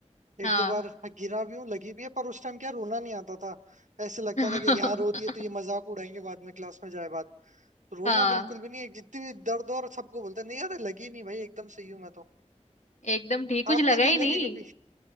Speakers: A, on the left (about 70°); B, on the right (about 80°).
A: हाँ
B: एक दो बार गिरा भी हूँ लगी भी है पर उस टाइम क्या रोना नहीं आता था ऐसे लगता
A: <laughs>
B: था कि यहाँ रोती है तो ये मजाक उड़ाएंगे बाद में क्लास में जाए बाद तो रोना
A: हाँ
B: बिल्कुल भी नहीं है जितनी भी दर्द हो और सबको बोलता है नहीं यार लगी नहीं भाई एकदम सही हूँ मैं तो
A: एकदम ठीक कुछ
B: आपके
A: लगा
B: नहीं
A: ही
B: लगी
A: नहीं
B: कभी